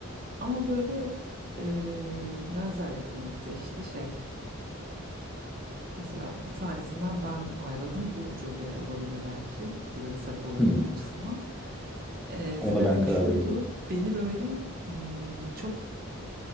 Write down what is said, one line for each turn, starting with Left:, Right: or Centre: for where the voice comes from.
Right: Ama böyle eee, benzer yakınlıkta işte şey. Mesela bir tanesinden ben ayrıldım. Bu ucube olabilir belki. Ucube bir sebep olabilir
Centre: Hı.
Right: onun açısından. Eee
Centre: Ona
Right: sebebim
Centre: ben karar
Right: şuydu.
Centre: veririm.
Right: Beni böyle hmm, çok